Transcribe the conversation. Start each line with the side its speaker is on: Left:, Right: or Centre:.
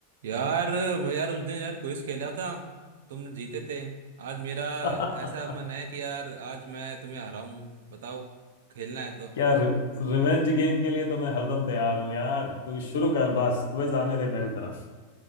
Right: यार मैं यार उस दिन यार क्विज खेला था तुम जीते थे आज मेरा
Left: क्या
Right: ऐसा मन है कि यार आज मैं तुम्हें हराऊं बताओ खेलना है तो
Left: रि, रिवेंज गेम के लिए तो मैं हरदम तैयार हूं यार तू शुरू कर बस क्विज आने दे मेरी तरफ